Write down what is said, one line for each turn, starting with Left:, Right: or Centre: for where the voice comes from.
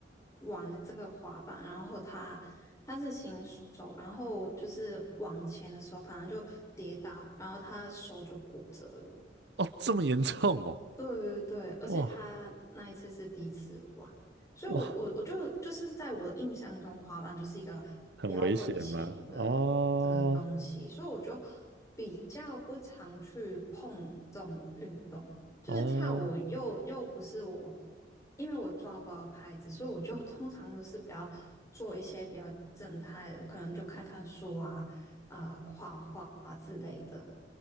Left: 玩了这个滑板，然后他他是新手，然后就是往前的时候，反正就跌倒，然后他手就骨折了。
Right: 哦，这么严重哦，
Left: 对对对，而且他那一次是第一次玩，
Right: 哇
Left: 所以我我我就就是在我的印象中，
Right: 哇，
Left: 滑板就是一个比较危险的的东西，
Right: 很危险吗？哦
Left: 所以我就比较不常去碰这种运动。就是跳舞又又不是我，
Right: 哦。
Left: 因为我抓不到拍子，所以我就通常都是比较做一些比较正态的，可能就看看书啊、啊、画画啊之类的。